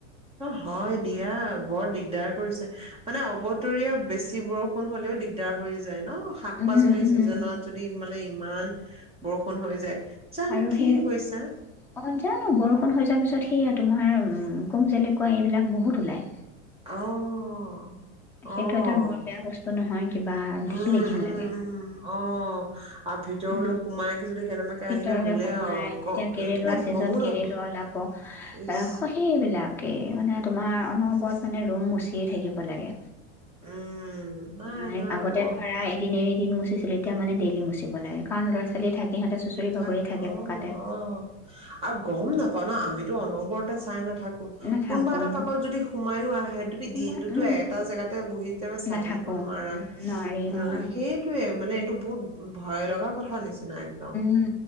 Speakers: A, on the right; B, in the centre.
A: অ', হয়, দিয়া বৰ দিগদাৰ কৰিছে মানে অবতৰীয়া বেছি বৰষুণ হ'লেও দিগদাৰ হৈ যায়। অ, শাক
B: উম
A: পাচলি
B: উম
A: ছিজনত যদি মানে ইমান।। বৰষুণ হৈ যায়। জানো
B: আৰু
A: কি
B: সেই
A: হৈছে
B: অ জানো বৰষুণ হৈ যোৱাৰ পিছত।। সেয়া তোমাৰ কোম যেলেকুৱা এইবিলাক বহুত ওলায়।
A: অ'।
B: সেইটো
A: অ',
B: এটা বৰ বেয়া বস্তু নহয়, কিবা
A: উম,
B: দেখিলে ঘিন
A: উম,
B: লাগে।
A: উম, অ'। আৰু ভিতৰলৈ
B: উ
A: সোমাইকে যদি কেনেবাকে
B: ভিতৰলে
A: আহিলে হ'লে
B: সোমাই
A: আৰু
B: এতিয়া
A: গ
B: কেৰেলোৱা
A: মানে
B: ছিজন
A: গমো নাপ
B: কেৰেলোৱা ওলাব
A: ইচ
B: আকৌ সেইবিলাক।। তাকেই মানে তোমাৰ অনবৰত মানে ৰুম মুচিয়ে থাকিব লাগে।
A: উম, নাই
B: মানে
A: নাই
B: আগতে
A: বৰ
B: ধৰা এদিন এৰি দিন মুচিছিলোঁ, এতিয়া মানে ডেইলি মুচ মুচিব লাগে কাৰণ ল'ৰা-ছোৱালী থাকে। বাগৰি
A: থাকে, অহ,
B: পকাতে
A: অহ। আৰু গম নাপাওঁ ন, আমিতো অনবৰতে চাই নাথাকোঁ। তু
B: নাথাকোঁ
A: কোনোবা এটা পাকত যদি সোমায়ো আহে তুমি
B: সময়
A: দিনটোতো
B: উম
A: এটা জেগাতে বহি <unintelligible> চাই থাকিব
B: নাথাকোঁ
A: নোৱাৰা।
B: উম নোৱাৰি
A: অহ,
B: উম
A: সেইটোয়ে মানে এইটো <unintelligible> ভয় লগা কথা নিচ। না একদম।
B: উম,